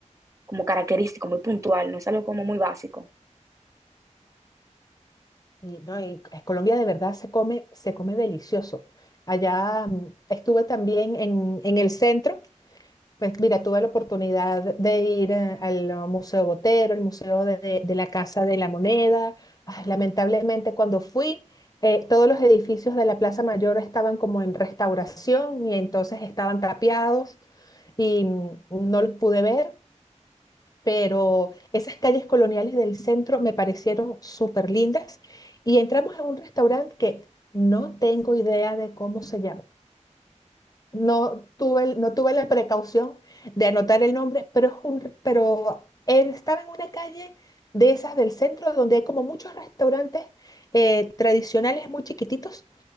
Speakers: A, on the right; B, on the left.
A: como característico, muy puntual, no es algo como muy básico.
B: Y, no, y en Colombia de verdad se come, se come delicioso. Allá mm, estuve también en, en el centro, pues mira, tuve la oportunidad de ir eh, al eh, Museo Botero, el Museo de, de- de la Casa de la Moneda. Ah, lamentablemente cuando fui, eh, todos los edificios de la Plaza Mayor estaban como en restauración y entonces estaban tapiados y mm, no los pude ver pero esas calles coloniales del centro me parecieron súper lindas y entramos a un restaurante que no tengo idea de cómo se llama. No tuve, el- no tuve la precaución de anotar el nombre, pero, es un- pero él estaba en una calle de esas del centro donde hay como muchos restaurantes eh, tradicionales muy chiquititos